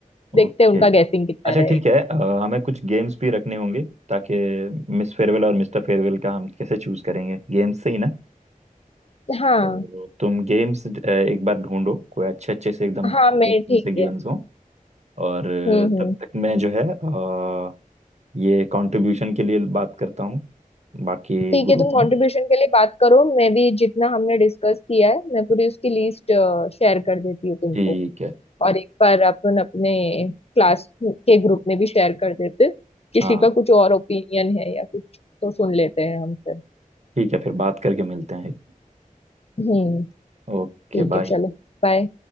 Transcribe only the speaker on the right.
ओके
अच्छा
ठीक है अ, हमें कुछ गेम्स भी रखने होंगे ताकि मिस फेयरवेल और मिस्टर फेयरवेल का हम कैसे चूज करेंगे गेम्स से ही ना
तो तुम गेम्स एक बार ढूंढो कोई अच्छे अच्छे से एकदम
से गेम्स
हो और अ,
तब तक मैं जो है अ, ये कंट्रीब्यूशन के लिए बात करता हूँ बाकी
ग्रुप
में
ठीक है
हाँ
ठीक है फिर बात करके मिलते हैं
Okay
bye